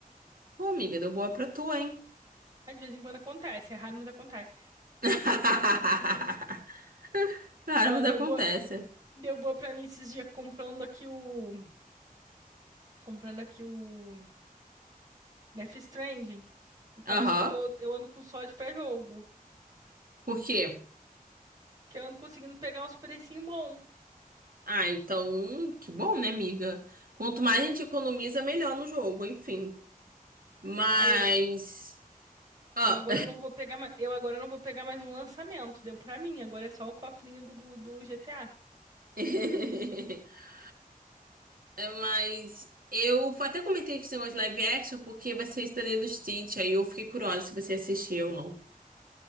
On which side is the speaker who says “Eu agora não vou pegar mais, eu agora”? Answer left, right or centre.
Right